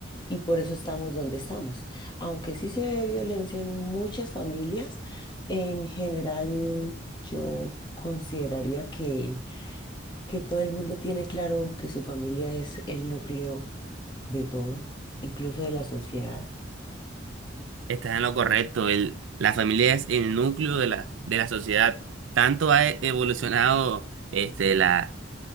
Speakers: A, on the left; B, on the right.
A: y por eso estamos donde estamos. Aunque sí se ve violencia en muchas familias, en general yo consideraría que que todo el mundo tiene claro que su familia es el núcleo de todo, incluso de la sociedad.
B: Estás en lo correcto. El, la familia es el núcleo de la, de la sociedad. Tanto ha e- evolucionado este, la,